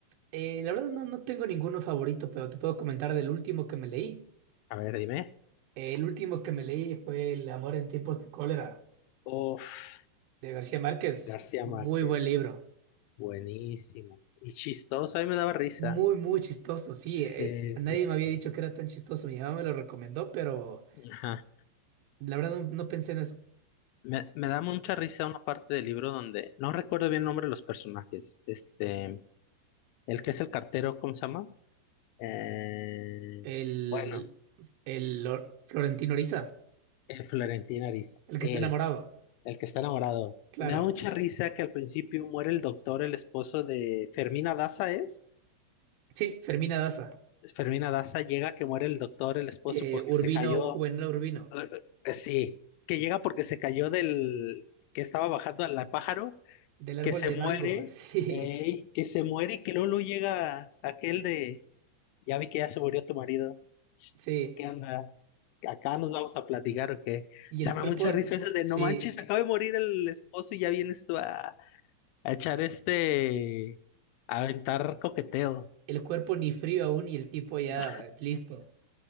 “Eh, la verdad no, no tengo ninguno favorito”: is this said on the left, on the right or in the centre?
Right